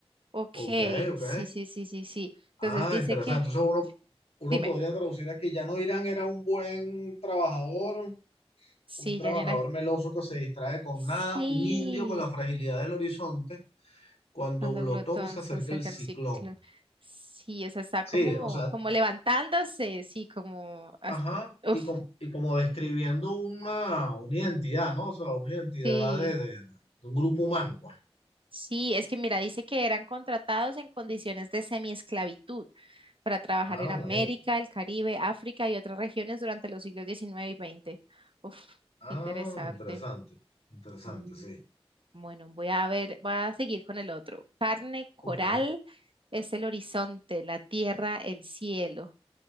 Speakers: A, on the right; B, on the left.
A: Ok,
B: ok, ok.
A: sí, sí, sí, sí, sí.
B: Ah,
A: Entonces dice
B: interesante.
A: que,
B: Entonces uno, uno
A: dime,
B: podría traducir aquí, ya no Irán era un buen trabajador,
A: sí,
B: un trabajador
A: Janina.
B: meloso que se distrae con
A: Sí,
B: nada, un indio con la fragilidad del horizonte cuando
A: cuando
B: Glotón
A: glotón
B: se acerca
A: se acerca
B: el ciclón.
A: al ciclo. Sí, o sea, está
B: Sí,
A: como,
B: o sea,
A: como levantándose, sí, como, as-
B: ajá,
A: uf,
B: y, com- y como describiendo una, una identidad, ¿no? O sea, una identidad
A: sí.
B: de, de- de un grupo humano, pues.
A: Sí, es que mira, dice que eran contratados en condiciones de semiesclavitud para trabajar
B: Ah,
A: en América,
B: imagínate.
A: el Caribe, África y otras regiones durante los siglos XIX y XX. Uf,
B: Ah,
A: qué interesante.
B: interesante, interesante,
A: Y
B: sí.
A: bueno, voy a ver, voy a seguir con el otro. Carne coral
B: Ok.
A: es el horizonte, la tierra, el cielo.